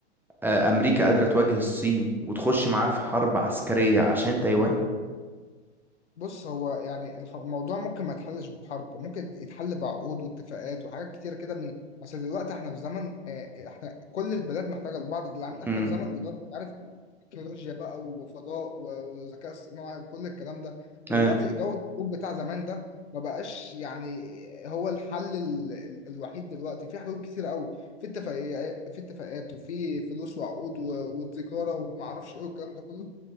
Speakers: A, in the centre; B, on the left (about 80°).
A: آه، امريكا قادره تواجه الصين وتخش معاها في حرب عسكريه عشان تايوان
B: بص هو يعني الح- الموضوع ممكن ما يتحلش بحرب ممكن يتحل بعقود واتفاقات وحاجات كتير كده من اصل دلوقتي احنا في زمن آه، احنا كل البلاد محتاجه لبعض دلوقتي احنا
A: امم
B: في زمن دلوقتي أنت عارف تكنولوجيا بقى وفضاء و- وذكاء اصطناعي وكل الكلام ده فدلوقتي
A: ايوه
B: جو الحروب بتاع زمان ده ما بقاش يعني هو الحل ال... ال- الوحيد دلوقتي في حلول كتير قوي في اتفاقيات في اتفاقات وفي فلوس وعقود و... وتجاره وما اعرفش ايه والكلام ده كله